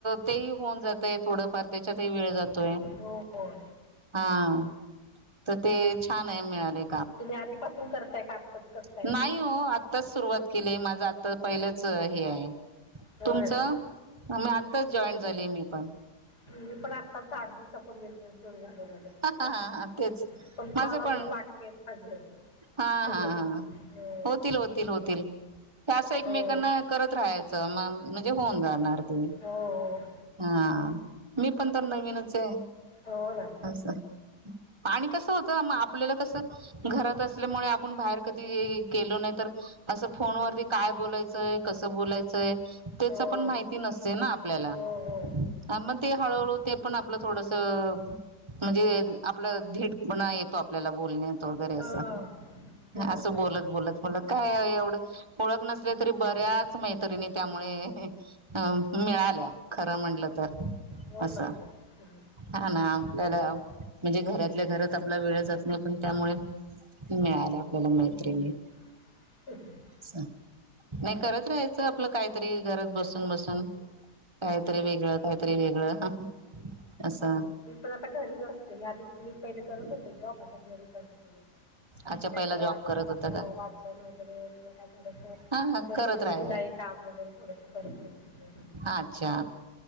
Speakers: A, on the right; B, on the left.
A: तेही होऊन जातय थोडंफार त्याच्यातही वेळ जातोय.
B: हो हो.
A: हां, तर ते छान आहे मिळालय
B: तुम्ही आधीपासून करताय का आत्ताच? करताय
A: नाही
B: का
A: हो, आत्ताच सुरुवात केलीय माझं आत्ता पहिलंच हे आहे.
B: होय
A: तुमचं, मी आत्ताच जॉईन झालेय मी पण.
B: मी पण आत्ताच आठ दिवसापूर्वीच सुरू झालेल्या पासनं
A: हा
B: काम,
A: हा हा तेच
B: पण
A: माझं
B: कॉल अजून
A: पण
B: बाकी आहेत माझे.
A: हा
B: हो
A: हा हा हा, होतील होतील होतील. हे असं एकमेकांना
B: हो
A: करत राहायचं म, म्हणजे होऊन जाणार ते.
B: हो हो.
A: हा, मी पण तर नवीनच ए.
B: हो ना.
A: असं, आणि कसं होतं मग आपल्याला कसं घरात असल्यामुळे आपण बाहेर कधी गेलो नाही तर असं फोनवरती काय बोलायचंय कसं बोलायचंय? तेचं
B: हो
A: पण माहिती नसते ना आपल्याला.
B: हो हो
A: हा मग ते हळूहळू ते पण आपलं थोडंसं म्हणजे आपला धीटपणा येतो आपल्याला बोलण्यात. तो वगैरे असं.
B: हा बरोबर
A: असं बोलत बोलत म्हणलं काय एवढं, ओळख नसले तरी बऱ्याच मैत्रिणी त्यामुळे मिळाल्या. खर म्हंणलं तर
B: हो
A: असं
B: ना
A: हा ना. त्याला म्हणजे घरातल्या घरात आपला वेळ जात नाही पण त्यामुळे मिळाल्या आपल्याला मैत्रिणी
B: ह <unintelligible>
A: असं. नाही करत राहायचं. आपलं काहीतरी घरात बसून बसून. काहीतरी वेगळं काहीतरी वेगळं असं.
B: मी पण आता घरीच असते. मी आधी मी पहिले करत होते जॉब. आता घरी काहीतरी
A: अच्छा पहिला जॉब
B: वाचन
A: करत होता
B: हो.
A: का
B: वाचन वगैरे किंवा काहीतर थोडस
A: हा
B: मशीन
A: करत राहा
B: सिलाई काम वगैरे थोडं करते. मग घरी
A: अच्छा.